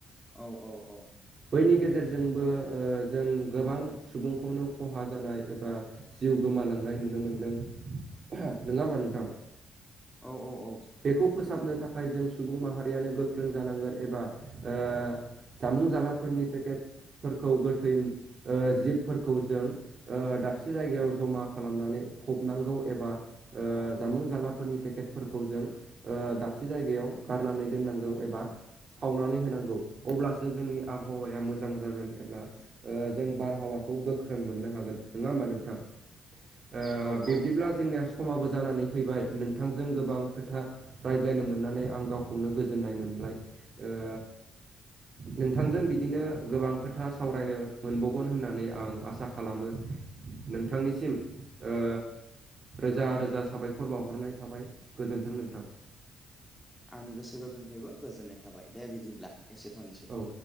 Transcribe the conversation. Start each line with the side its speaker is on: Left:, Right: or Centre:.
Centre: औ औ औ
Right: बैनि गेजेरजोंबो ओ जों गोबां सुबुंखौनो खहा जानाय एबा जिउ गोमालांनाय नुनो मोनदों नङा होम्बा नोंथां।
Centre: औ औ औ
Right: बेखौ फोसाबनो थाखाय जों सुबुं माहारियानो गोख्रों जानांगोन एबा ओ जामुं जालाफोरनि पेकेटफोरखौ गोथै ओ जिबफोरखौ जों ओ दाबसे जायगायाव जमा खालामनानै फबनांगौ एबा ओ जामुं जालाफोरनि पेकेटफोरखौ जों ओ दाबसे जायगायाव गारनानै दोननांगौ एबा खावनानै होनांगौ अब्लासो जोंनि आबहावाया मोजां जागोन एबा ओ जों बारहावाखौ गोख्रों मोननो हागोन नङा होमबा नोंथां। ओ
Centre: औ औ
Right: बिब्दिब्ला
Centre: औ
Right: जोंनिया समाबो जानानै फैबाय नोंथांजों गोबां खो था रायज्लायनो मोननानै आं गावखौनो गोजोननाय मोनबाय ओ नोंथांजों बिदिनो गोबां खोथा सावरायनो मोनबावगोन होननानै आं आसा खालामो नोंथांनिसिम ओ रोजा रोजा साबायखर बावहरनाय थाबाय गोजोन्थों नोंथां।
Centre: आंनि गोसो गोरबोनिफ्रायबो गोजोननाय थाबाय दे बिदिब्ला एसे थनिसै।
Right: औ